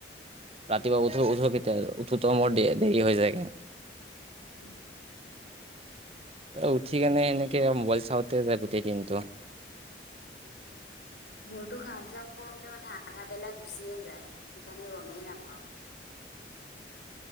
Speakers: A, on the right; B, on the left.
A: ৰাতিপুৱা উঠো উঠো কেতিয়া উঠোতে মোৰ দে দেৰি হৈ যায়গে
B: উম
A: ত উঠি কেনে সেনেকে মোবাইল চাওঁতে যায় গোটেই দিনটো <unintelligible>
B: মইতো কাম চাম কৰোতে মানে আধা বেলা গুচিয়ে যায় সেইকাৰণে গমেই নাপাওঁ।